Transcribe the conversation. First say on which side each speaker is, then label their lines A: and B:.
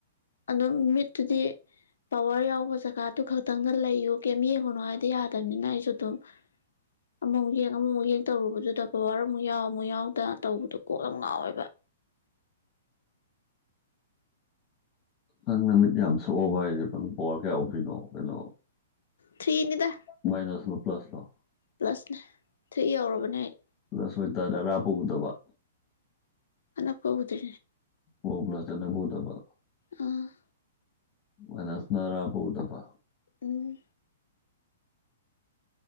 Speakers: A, on the left; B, on the left.
A: ꯑꯗꯨꯝ ꯃꯤꯠ ꯑꯗꯨꯗꯤ ꯄꯋꯥꯔ ꯌꯥꯎꯕ ꯖꯒꯥꯗꯨ ꯈꯛ ꯂꯩꯌꯨ ꯀꯩꯝ ꯌꯦꯡꯉꯨꯅꯣ ꯍꯥꯏꯗꯤ ꯌꯥꯗꯕꯅꯤꯅ ꯑꯩꯁꯨ ꯑꯗꯨꯝ ꯑꯃ ꯑꯃꯨꯛ ꯌꯦꯡ ꯑꯃ ꯑꯃꯨꯛ ꯌꯦꯡ ꯇꯧꯔꯨꯕꯗꯨꯗꯀꯣ ꯄꯋꯥꯔ ꯑꯃꯨꯛ ꯌꯥꯎ ꯑꯃꯨꯛ ꯌꯥꯎꯗ ꯇꯧꯕꯗꯨ ꯀꯣꯛ ꯌꯥꯝ ꯉꯥꯎꯋꯦꯕ
B: ꯅꯪ ꯅꯃꯤꯠ ꯌꯥꯝ ꯁꯣꯛꯑꯕꯣ ꯍꯥꯏꯖꯦ ꯅꯪ ꯄꯋꯥꯔ ꯀꯌꯥ ꯎꯞꯄꯤꯅꯣ ꯀꯩꯅꯣ
A: ꯊ꯭ꯔꯤꯅꯤꯗ
B: ꯃꯥꯏꯅꯁ ꯂꯣ ꯄ꯭ꯂꯁ ꯂꯣ
A: ꯄ꯭ꯂꯁꯅꯦ ꯊ꯭ꯔꯤ ꯌꯧꯔꯕꯅꯦ ꯑꯩ
B: ꯄ꯭ꯂꯁ ꯑꯣꯏ ꯇꯥꯔꯗꯤ ꯑꯔꯥꯞꯄ ꯎꯗꯕ
A: ꯑꯅꯛꯄꯥ ꯎꯗꯦ
B: ꯑꯣ ꯄ꯭ꯂꯁ ꯑꯅꯛꯄꯥ ꯎꯗꯕ
A: ꯎꯝ
B: ꯃꯥꯏꯅꯁꯅ ꯑꯔꯥꯞꯄ ꯎꯗꯕ
A: ꯎꯝ